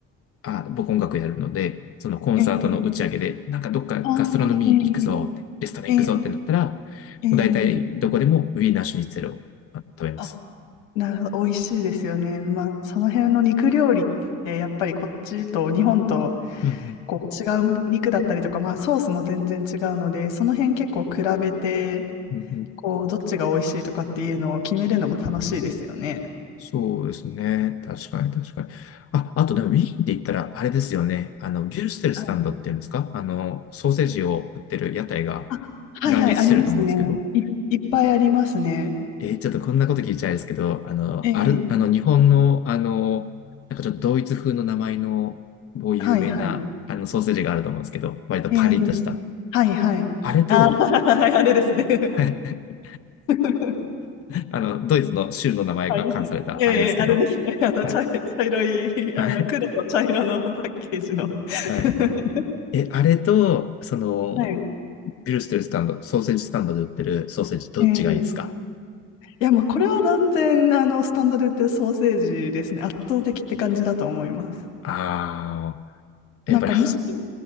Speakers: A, on the left; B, on the left.
A: あ、僕音楽やるので、そのコンサートの打ち上げで、
B: ええ
A: なんかどっかガストロノミー行くぞって、
B: あー、
A: レストラン行くぞってなったら、
B: えええ
A: も
B: えええ
A: う大体どこでもウィーナーシュニッツェルをあ食べます。
B: あ、なるほど、美味しいですよね。まあ、その辺の肉料理って、やっぱりこっちと日本と
A: うんうん
B: こう違う肉だったりとか、まあ、ソースも全然違うので、その辺結構比べて、
A: うんうん
B: こう、どっちが美味しいとかっていうのを決めるのも楽しいですよね。
A: そうですね。確かに確かに。あ、あとでもウィーンって言ったら、あれですよね。あの、ビュルステルスタンドっていうんですかあの、
B: はい。
A: ソーセージを売ってる屋台が乱立してると思うんですけど。
B: あ、はいはい、ありますね。い、いっぱいありますね。
A: えーちょっとこんなこと聞いちゃいですけど、あの、
B: ええ
A: ある、あの、日本の、あの、なんかちょっとドイツ風の名前の某有名な、
B: はいはい。
A: あの、ソーセージがあると思うんですけど、割とパリッとした。
B: ええはいはい。
A: あれと、
B: あー、<laughs> あれですね。
A: <laughs>
B: <laughs>
A: あの、ドイツの州の名前が冠された、
B: はい。ええ、
A: あれですけど、
B: あれですね。<laughs> あの、
A: はい。
B: 茶、茶色い、
A: はい。
B: <laughs> あの、黒と茶色のパッケージの。<laughs>
A: はいえ、あれと、その、
B: はい。
A: グルステルスタンド、ソーセージスタンドで売ってるソーセージ、どっちがいいですか
B: ええ。いや、まあ、これは断然、あの、スタンドで売ってるソーセージですね。圧倒的って感じだと思います。
A: ああー、
B: なんか、
A: やっぱり、は
B: むしろ、